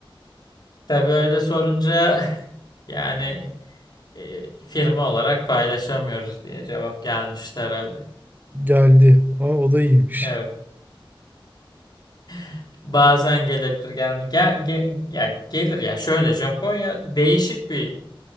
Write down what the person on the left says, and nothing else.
<laughs> Tabii öyle sorunca <laughs> yani e, firma olarak paylaşamıyoruz diye cevap gelmişti herhalde.
Evet. <laughs> Bazen gelebilir gelmiyor. Gel, ge- ya gelir ya. Şöyle Japonya değişik bir